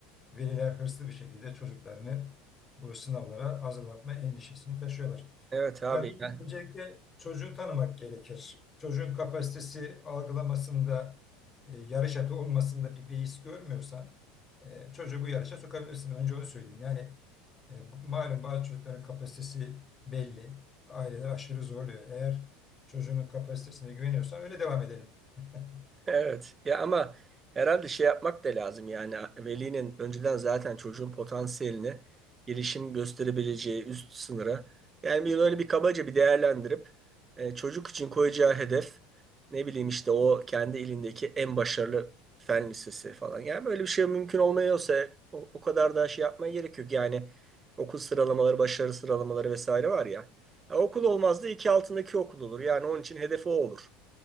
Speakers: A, on the left; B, on the right.
A: Veliler hırslı bir şekilde çocuklarını bu sınavlara hazırlatma endişesini taşıyorlar.
B: evet abi.
A: Ya dostum,
B: Yani
A: öncelikle çocuğu tanımak gerekir. Çocuğun kapasitesi algılamasında, e, yarış atı olmasında bir beis görmüyorsan e, çocuğu bu yarışa sokabilirsin. Önce onu söyleyeyim. Yani e, malum bazı çocukların kapasitesi belli. Aileler aşırı zorluyor. Eğer çocuğunun kapasitesine güveniyorsan öyle devam edelim. <laughs>
B: Evet ya ama herhalde şey yapmak da lazım yani velinin önceden zaten çocuğun potansiyelini gelişim gösterebileceği üst sınıra yani bir böyle bir kabaca bir değerlendirip e, çocuk için koyacağı hedef ne bileyim işte o kendi ilindeki en başarılı fen lisesi falan yani böyle bir şey mümkün olmuyorsa o, o kadar da şey yapmaya gerek yok yani okul sıralamaları başarı sıralamaları vesaire var ya, ya okul olmaz da iki altındaki okul olur yani onun için hedefi o olur.